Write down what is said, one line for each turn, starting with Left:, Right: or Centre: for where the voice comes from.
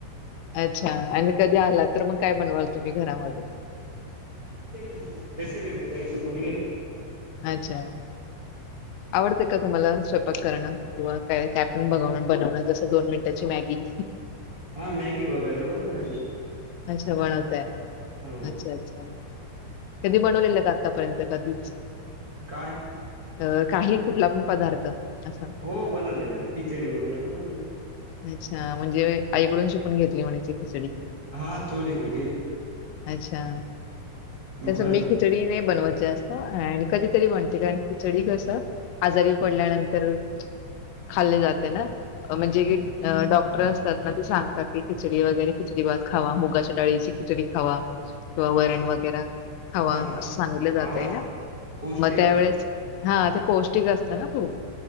Left: अच्छा आणि कधी आला तर मग काय बनवाल तुम्ही घरामध्ये
Right: टी करीन मग रेसिपी वगैरे शिकून घेइन.
Left: अच्छा आवडते का तुम्हाला स्वयं पाक करण किंवा का काय पण ब बनवण जस दोन मिनिटाची मॅगी
Right: हा मॅगी वगैरे बनवली
Left: अच्छा बनवताय
Right: हो
Left: अच्छा अच्छा कधी बनवलेलं का आतापर्यंत कधीच
Right: काय
Left: अ काही कुठला पण पदार्थ असा?
Right: हो बनवलेलं आहे खिचडी वगैरे बनवलेली
Left: अच्छा म्हणजे आईकडून शिकून घेतली म्हणायची खिचडी.
Right: हा थोडी थोडी
Left: अच्छा तस
Right: बर
Left: मी खिचडी नाही बनवत. जास्त आणि कधीतरी बनते कारण खिचडी कस आजारी पडल्यानंतर खाल्ले जाते ना म्हणजे की, अ डॉक्टर असतात ना ते सांगतात की, खिचडी वगैरे खिचडी भात खावा. मुगाच्या डाळीची खिचडी खावा. किंवा
Right: हा
Left: वरण वगैरे खावा
Right: हा
Left: अस सांगितलं
Right: आहार
Left: जातय ना
Right: पौष्टिक
Left: म त्यावेेळेस
Right: आहार
Left: हा ते पौष्टिक असत ना खूप